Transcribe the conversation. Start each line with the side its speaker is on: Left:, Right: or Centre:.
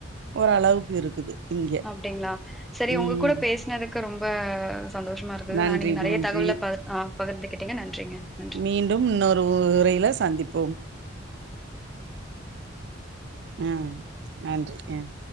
Right: ஓரளவுக்கு இருக்குது இங்க
Centre: அப்டிங்ளா செரி
Right: ம்
Centre: உங்க கூட பேசுனதுக்கு ரொம்ப அ சந்தோஷமா இருக்குது
Right: நன்றி
Centre: நா நீங்க நெறைய
Right: நன்றி
Centre: தகவல ப ஆ பகிர்ந்துக்கிட்டீங்க நன்றிங்க நன்றி
Right: மீண்டும் இன்னொரு உரைல சந்திப்போம் ம் நன்றி ம்